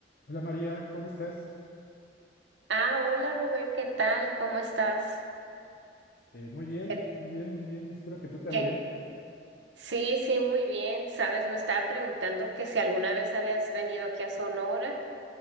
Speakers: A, on the left; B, on the right.
A: Hola María, ¿cómo estás?
B: Ah, hola Rubén, ¿qué tal? ¿Cómo estás?
A: Eh, muy bien,
B: ¿Qué-
A: muy bien, muy bien. Espero que tú también.
B: qué- Sí, sí, muy bien. Sabes, me estaba preguntando que si alguna vez habías venido aquí a Sonora,